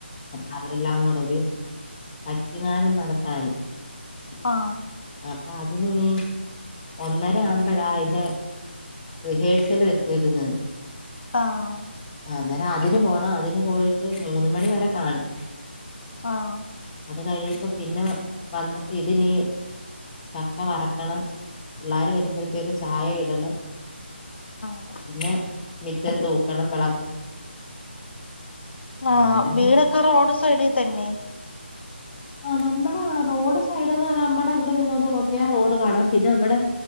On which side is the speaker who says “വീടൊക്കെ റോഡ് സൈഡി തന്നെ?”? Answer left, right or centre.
Left